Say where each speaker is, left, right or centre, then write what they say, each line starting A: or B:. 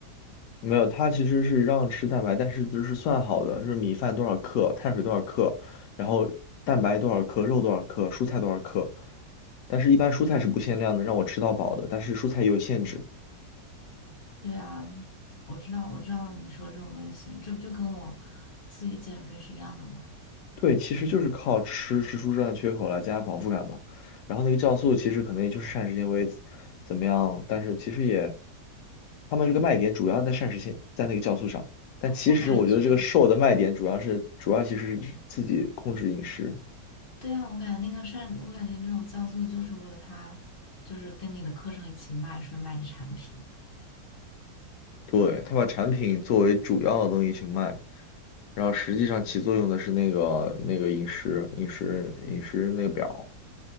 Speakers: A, on the left; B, on the left.
A: 没有，它其实是让吃蛋白，但是就是算好的，就是米饭多少克，碳水多少克，然后蛋白多少克，肉多少克，蔬菜多少克。但是，一般蔬菜是不限量的，让我吃到饱的。但是蔬菜也有限制。
B: 对啊，我知道我知道你说这种类型，这不就跟我自己减肥是一样的吗？
A: 对，其实就是靠吃吃出这样的缺口来增加饱腹感嘛。然后那个酵素其实可能也就是膳食纤维怎么样，但是其实也，他们这个卖点主要在膳食纤，在那个酵素上。但其实我觉得这个瘦的卖点主要是主要其实是自己控制饮食。
B: 我感觉，对啊，我感觉那个善，我感觉那种酵素就是为了它，就是跟你的课程一起卖，顺便卖你产品
A: 对，他把产品作为主要的东西去卖，然后实际上起作用的是那个那个饮食饮食饮食那个表，